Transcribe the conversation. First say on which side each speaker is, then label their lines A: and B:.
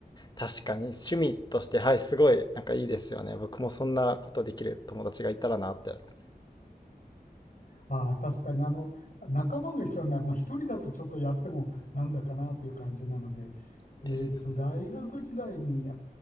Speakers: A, on the left (about 25°); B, on the left (about 55°).
A: 確かに趣味として、はい、すごい、なんかいいですよね。僕もそんなことできる友達がいたらなって。
B: はい、確かにあの仲間が必要なら、まあ、一人だとちょっとやってもなんだかなという感じなので、
A: <laughs>
B: えーっと、
A: ですよ。
B: 大学時代に